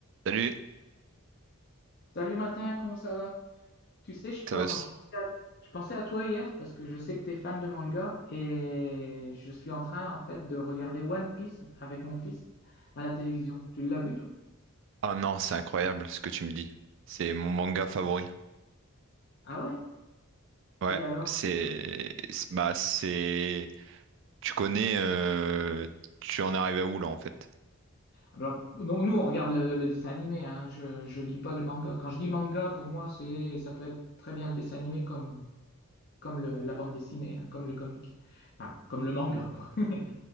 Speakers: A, on the right; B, on the left.
A: Salut,
B: Salut matin, comment ça va? Tu sais, je pense-
A: ça va? s-
B: je pensais à, je pensais à toi hier parce que je sais que tu es fan de manga et je suis en train en fait de regarder One Piece avec mon fils à la télévision. Tu l'as vu toi?
A: Ah non, c'est incroyable ce que tu me dis. C'est mon manga favori.
B: Ah ouais?
A: Ouais,
B: Et alors?
A: c'est c'est- bah c'est tu connais euh, tu en arrives à où là en fait?
B: Alors, non, nous on regarde le, le dessin animé, hein. Je, je lis pas le manga. Quand je dis manga, pour moi, c'est, ça peut être très bien le dessin animé comme, comme le- la bande dessinée, hein, comme le comic, enfin, comme le manga, quoi. <laughs>